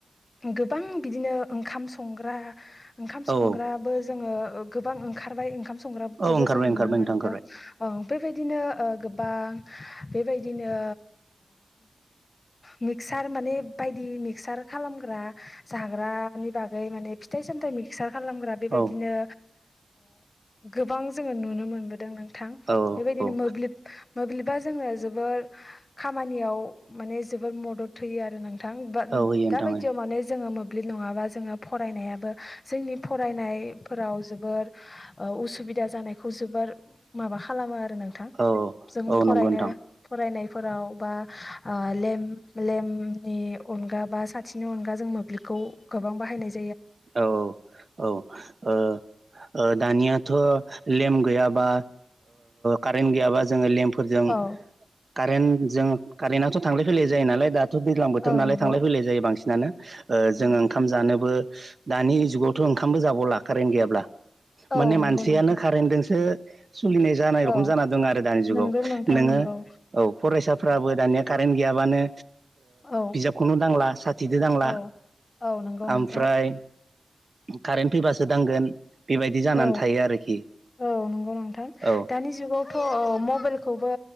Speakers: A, on the left; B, on the right.
A: गोबां बिदिनो ओंखाम संग्रा ओंखाम संग्राबो
B: औ
A: जोङो गोबां ओंखारबाय ओंखाम संग्राखौबो
B: औ ओंखारबाय
A: जों नुनो
B: ओंखारबाय
A: मोनदों।
B: नोंथां ओंखारबाय
A: बेबायदिनो गोबां बेबायदिनो मिक्सार माने बायदि मिक्सार खालामग्रा जाग्रानि बागै माने फिथाइ सामथाय मिक्सार खालामग्रा। बेबायदिनो
B: औ
A: गोबां जोङो नुनो मोनबोदों नों थां
B: औ औ
A: बेबायदिनो
B: औ
A: मोब्लिब मोब्लिबा जोंनो जोबोर खामानियाव माने जोबोर मदद होयो आरो। दा
B: होयो नोंथां
A: बायदियाव माने जोङो मो ब्लिब नङाबा जोङो फरायनायाबो जोंनि फरायनायफोराव जोबोर उसुबिदा जानायखौ जोबोर माबा खालामो आरो नोंथां
B: औ
A: जों
B: औ
A: फरायनो
B: नंगौ नोंथां
A: फरायनायफोराव बा ल लेम नि अनगा बा साथिनि अनगा जों मोब्लिबखौ गोबां बाहायनाय ज
B: औ औ औ। दानियाथ' लेम गैयाबा कारेन्ट गैयाबा जोङो लेम्पफोरजों
A: औ
B: कारेन्टजों कारेन्टआथ' थांलाय फैलाय जायो नालाय दा दैज्लां बोथोर
A: औ
B: नालाय
A: नंगौ
B: थांलाय फैलाय जायो बांसिनानो
A: नंगौ
B: जोङो
A: नोंथां
B: ओंखाम जानोबो दानि जुगावथ' ओंखामबो जाबावला कारेन्ट गैयाब्ला
A: औ
B: माने
A: नंगौ
B: मानसियानो
A: नोंथां
B: कारेन्टजोंसो सोलिनाय जानाय रखम
A: औ
B: जाना दङ आरो दानि जुगाव
A: नंगौ नोंथां
B: नोङो
A: नंगौ
B: औ फरायसाफ्राबो दानिया कारेन्ट गैयाबानो
A: औ
B: बिजाबखौनो दांला साथिदो दांला
A: औ औ नंगौ नोंथां
B: ओमफ्राय कारेन्ट फैबासो दांगोन। बेबायदि जानानै
A: औ
B: थायो आरोखि
A: औ नंगौ नोंथां
B: औ
A: दानि जुगावथ' मबाइलखौबो